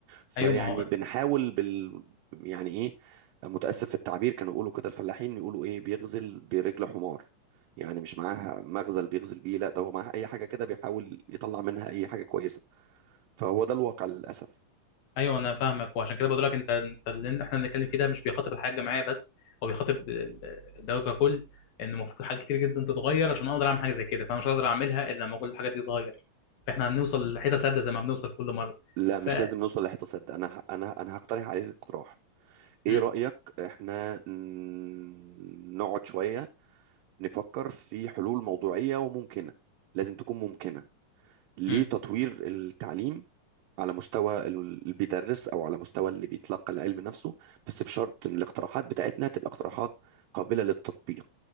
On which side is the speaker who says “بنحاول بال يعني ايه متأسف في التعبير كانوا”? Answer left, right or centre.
Right